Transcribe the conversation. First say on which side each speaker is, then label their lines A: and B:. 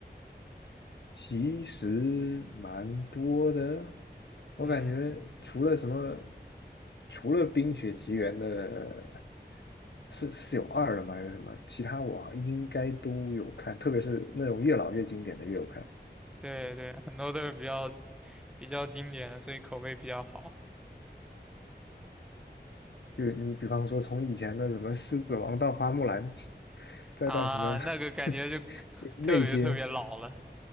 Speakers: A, on the left (about 70°); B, in the centre.
A: 其实蛮多的，我感觉除了什么，
B: 嗯，
A: 除了《冰雪奇缘》的，是是有二了吗？还是什么？其他我应该都有看，特别是那种越老越经典的越有看。
B: 对对，很多都是比较比较经典，所以口碑比较好
A: 就是你比方说从以前的什么《狮子王》到《花木兰》，<laughs> 再到什么
B: 啊。那个感觉就
A: <laughs> 就那些，
B: 特别特别老了。